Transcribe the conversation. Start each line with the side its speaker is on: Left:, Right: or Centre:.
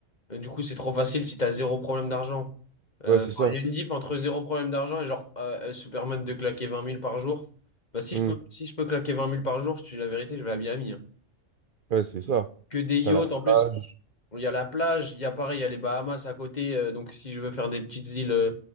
Left: Euh, Du coup, c'est trop facile si t'as zéro problème d'argent. Euh,
Right: Ouais, c'est
Left: enfin,
Right: ça.
Left: il y a une diff entre zéro problème d'argent et genre euh, euh, se permettre de claquer vingt mille par jour. Bah, si
Right: Hmm.
Left: je peux, si je peux claquer vingt mille par jour, je te dis la vérité, je vais à Miami. hein.
Right: Ouais, c'est ça.
Left: Que des yachts,
Right: T'as la plage,
Left: en plus, il y a la plage, il y a pareil, il y a les Bahamas à côté. euh, donc si je veux faire des petites îles euh,